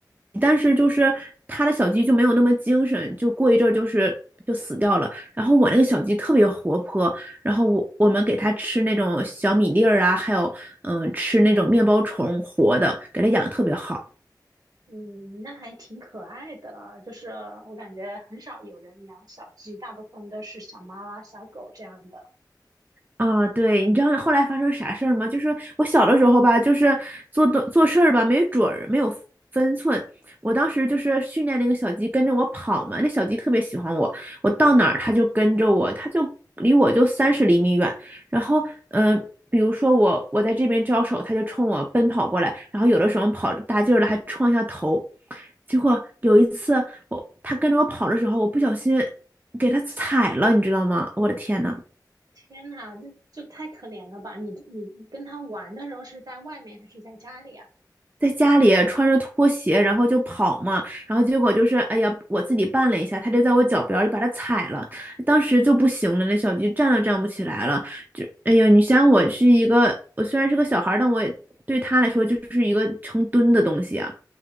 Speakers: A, on the right (about 25°); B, on the right (about 60°).
A: 但是就是她的小鸡就没有那么精神，就过一阵儿就是就死掉了。然后我那个小鸡特别活泼，然后我我们给它吃那种小米粒儿啊，还有嗯吃那种面包虫活的，给它养得特别好。
B: 嗯，那还挺可爱的。就是我感觉很少有人养小鸡，大部分都是小猫啊、小狗这样的。
A: 啊，对，你知道后来发生啥事儿吗？就是我小的时候吧，就是做东做事儿吧，没准儿，没有分寸。我当时就是训练那个小鸡跟着我跑嘛，那小鸡特别喜欢我，我到哪儿它就跟着我，它就离我就三十厘米远。然后，嗯、比如说我我在这边招手，它就冲我奔跑过来，然后有的时候跑着大劲儿了还撞一下头。结果有一次我它跟着我跑的时候，我不小心给它踩了，你知道吗？我的天呐！
B: 天呐，这就太可怜了吧！你你你跟他玩的时候是在外面还是在家里啊？
A: 在家里啊穿着拖鞋，然后就跑嘛，然后结果就是，哎呀，我自己绊了一下，他就在我脚边儿就把它踩了，当时就不行了，那小鸡站都站不起来了，就，哎呀，你想我是一个，我虽然是个小孩儿，但我也对他来说就是一个成吨的东西啊，